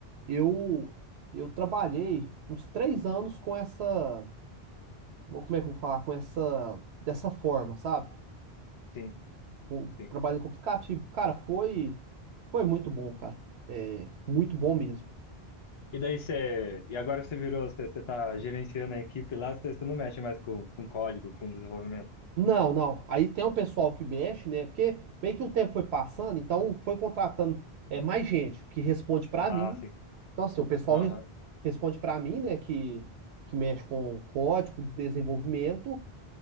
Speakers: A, on the right (about 80°); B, on the left (about 35°).
A: Eu, eu trabalhei uns três anos com essa. Como é que eu vou falar? Com essa. Dessa forma, sabe?
B: Sim,
A: Com-
B: sim.
A: Trabalhando com aplicativo. Cara, foi. Foi muito bom, cara. É, muito bom mesmo.
B: E daí você. E agora você virou, você, você tá gerenciando a equipe lá, você, você não mexe mais com, com código, com desenvolvimento.
A: Não, não. Aí tem um pessoal que mexe, né? Porque meio que o tempo foi passando, então foi contratando é, mais gente que responde pra
B: Ah,
A: mim.
B: sim.
A: Então, assim, o pessoal
B: Aham.
A: res- responde pra mim, né? Que, que mexe com código, desenvolvimento.